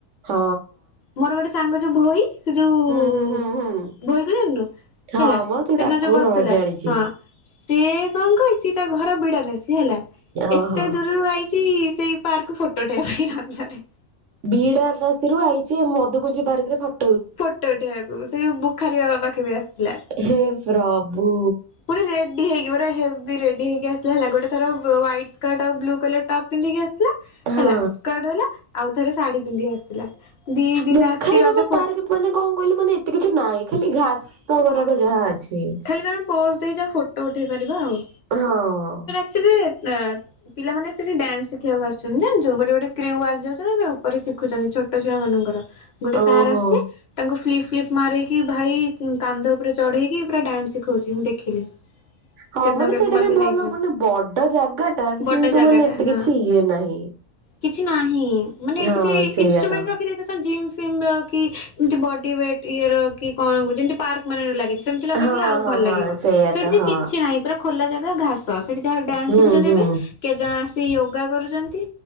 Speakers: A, on the right (about 65°); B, on the left (about 55°).
A: ହଁ।
B: ମୋର ଗୋଟେ ସାଙ୍ଗ ଯୋଉ ଭୋଇ ସେ ଯୋଉ
A: ହୁଁ ହୁଁ ହୁଁ ହୁଁ।
B: ଭୋଇକୁ ଯାଣିନୁ
A: ହଁ
B: ହେଲା
A: ମ ତୁ
B: ସେଦିନ
A: ଡାକୁ
B: ଯୋଉ ବସିଥିଲା
A: ହଁ ଜାଣିଛି
B: ହଁ ସିଏ କଣ କରିଚି ତା ଘର ବିଡା ନାସି ହେଲା
A: ଓହୋ।
B: ଏତେ ଦୂରରୁ ଆଇଛି ସେଇ ପାକର୍କୁ ଫୋଟୋ ଉଠେଇବା ପାଇଁ ରଜରେ
A: ବିଡାନାସିିରୁ ଆଇଚି ମତେ କହୁଚି ପାର୍କରେ ଫଟ
B: ଫଟୋ ଉଠେଇବାକୁ ସେଯୋଉ ବୁଖାରୀ ବାବା ପାଖେ ବି ଆସିଥିଲା।
A: ହେ ପ୍ରଭୁ।
B: ପୁଣି ରେଡି ହେଇକି ଗୋଟେ ହେବି ରେଡି ହେଇକି ଆସିଥିଲା ହେଲା ଗୋଟେ ଥର ହ୍ୱାଇଟ ସ୍କଟ ଆଉ ବ୍ଲୁ କଲର ଟପ୍ ପିନ୍ଧିକି ଆସିଥିଲା
A: ହଁ
B: ହେଲା ସ୍କର୍ଟ ବାଲା ଆଉ ଥରେ ଶାଢୀ ପିନ୍ଧିକି ଆସିଥିଲା। ଦି ଦିନ
A: ମୁଖାରୀ
B: ଆସିଛି ରଜକୁ।
A: ବାବା ପାର୍କ ପ୍ ମାନେ କଣ କହିଲୁ ମାନେ ଏତେ କିଛି ନହିଁ ଖାଲି ଘାସ ଗୁରାକ ଯାହା ଅଛି।
B: ହେଲେ ତମେ ପୋଜ ଦେଇଯା ଫଟୋ ଉଠେଇ ପାରିବ ଆଉ।
A: ହଁ ହଁ
B: ସେ ଟିକେ <unintelligible> ପିଲାମାନେ ସେଠି ଡାନ୍ସ ଶିଖିବାକୁ ଆସୁଛନ୍ତି ଜାଣିଚୁ ଗୋଟେ ଗୋଟେ୍ କ୍ରିୟୁ ଆସିଯାଉଛନ୍ତି ଏବେ ଉପରେ ଶିଖୁଛନ୍ତି ଛୋଟ୍ ଛୋଟ ଛୁଆ ମାନଙ୍କର ଗୋଟେ
A: ଓହୋ।
B: ସାର୍ ଆସୁ ତାଙ୍କୁ ଫ୍ଲିପ ଫ୍ଲିପ ମାରିକି ଭାଇ କାନ୍ଧ ଉପରେ ଚଢେଇକି ପୁରା ଡ୍ୟାନ୍ସ ଶିଖୋଉଛି ମୁଁ ଦେଖିଲି।
A: ହଁ
B: ସେଦିନ
A: ମାନେ
B: କେବେ
A: ସେଇଟା
B: ମଝିରେ
A: ବି ଭଲ
B: ଯାଇଥିଲା
A: ମାନେ ବଡ ଜାଗା ଟା
B: ବଡ
A: କିନ୍ତୁ
B: ଜାଗା
A: ମାନେ
B: ଟା
A: ଏତେ
B: ହଁ
A: କିଛି ଇଏ ନାହିଁ।
B: କିଛି ନାହିଁ ମାନେ
A: ହଁ
B: କିଛି
A: ସେଇଆ
B: ଇନଷ୍ଟ୍ରୁମେଣ୍ଟ
A: ତ
B: ରଖିଦେଇଥାନ୍ତ ଜିମ୍ <unintelligible> କି ଏମତି ବଡି ୱେଟ୍ ଇଏ ର କି କଣ ଗୋଟ ଯେମିତି ପାର୍କ ଭଲଲ୍ ଲାଗେ ସେମିତି ଲଗେଇଦେଲେ
A: ହଁ
B: ଆଉ
A: ହଁ
B: ଭଲ
A: ହଁ
B: ଲାଗିବ
A: ସେଇଆ
B: ସେଠି
A: ତ
B: ଯେ
A: ହଁ
B: କିଛି ନାହିଁ ପୁରା ଖୋଲା ଜାଗା ଘାସ ସେଠି ଯାହା ଡ୍ୟାନ୍ସ
A: ହୁଁ
B: ଶିଖୁଛନ୍ତି
A: ହୁଁ।
B: ଏବେ କେତେ ଜଣ ଆସିି ୟୋଗା କରୁଚନ୍ତି